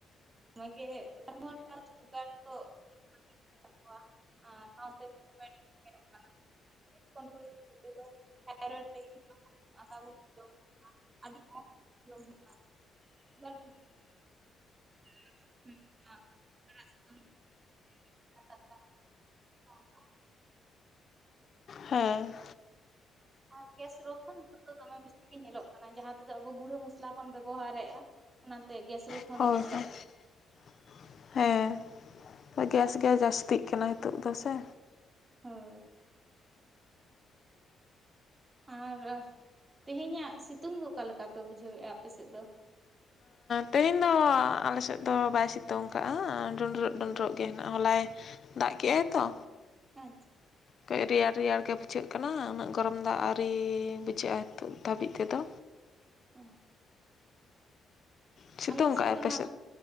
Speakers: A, on the right (about 25°); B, on the left (about 50°).
A: ᱢᱮ <inaudible> <unintelligible> ᱛᱟᱠᱚᱣᱟ ᱟᱨ ᱥᱟᱶᱥ <unintelligible> ᱭᱧᱮᱞᱚᱜ ᱠᱟᱱᱟ <unintelligible> <unintelligible> ᱟᱹᱰᱤ ᱠᱚᱢ ᱡᱚᱢᱼᱟ ᱟᱨ <inaudible> <unintelligible> <unintelligible>
B: ᱦᱮᱸ
A: ᱟᱨ ᱜᱮᱥ ᱨᱳᱜᱽ ᱦᱚᱸ ᱱᱤᱛᱚᱜ ᱫᱚ ᱫᱚᱢᱮ ᱵᱮᱥᱤ ᱜᱮ ᱧᱮᱞᱚᱜ ᱠᱟᱱᱟ ᱡᱟᱦᱟᱸᱟ ᱛᱮᱫᱚ ᱟᱵᱚ ᱜᱩᱲᱟᱹ ᱢᱚᱥᱞᱟ ᱵᱚᱱ ᱵᱮᱵᱚᱦᱟᱨᱮᱫᱼᱟ ᱚᱱᱟᱛᱮ ᱜᱮᱥ ᱨᱳᱜᱽ ᱦᱚᱸ
B: <unintelligible>
A: ᱫᱚᱢᱮ ᱧᱮᱞᱚᱜ ᱠᱟᱱᱟ
B: ᱦᱮᱸ ᱜᱮᱥ ᱜᱮ ᱡᱟᱹᱥᱛᱤᱜ ᱠᱟᱱᱟ ᱱᱤᱛᱚᱜ ᱫᱚ ᱥᱮ
A: ᱦᱳᱭ ᱟᱨ ᱛᱮᱦᱮᱧᱟᱜ ᱥᱤᱛᱩᱝ ᱫᱚ ᱚᱠᱟ ᱞᱮᱠᱟ ᱯᱮ ᱵᱩᱡᱷᱟᱹᱣᱮᱫᱼᱟ ᱟᱯᱮ ᱥᱮᱫ ᱫᱚ
B: ᱛᱮᱦᱮᱧ ᱫᱚ ᱟᱞᱮ ᱥᱮᱫ ᱫᱚ ᱵᱟᱭ ᱥᱤᱛᱩᱝ ᱠᱟᱜᱼᱟ ᱰᱩᱸᱰᱨᱟᱹᱜ ᱰᱩᱸᱰᱨᱟᱹᱜ ᱜᱮ ᱦᱮᱱᱟᱜ ᱦᱚᱞᱟᱭ ᱫᱟᱜ ᱠᱮᱜ ᱟᱭ ᱛᱚ?
A: ᱮᱸ ᱪᱷᱮ
B: ᱠᱟᱹᱡ ᱨᱮᱭᱟᱲ ᱨᱮᱭᱟᱲ ᱜᱮ ᱵᱩᱡᱷᱟᱹᱜ ᱠᱟᱱᱟ ᱩᱱᱟᱹᱜ ᱜᱚᱨᱚᱢ ᱫᱟᱜ ᱟᱹᱣᱨᱤ ᱵᱩᱡᱷᱟᱹᱜᱼᱟ ᱱᱤᱛᱚᱜ ᱫᱷᱟᱹᱵᱤᱡ ᱛᱮᱫᱚ
A: <unintelligible>
B: ᱥᱤᱛᱩᱝ
A: ᱟᱞᱮ ᱥᱮᱫ
B: ᱠᱟᱜᱼᱟᱭ
A: ᱫᱚ
B: ᱟᱯᱮ
A: ᱱᱟᱜ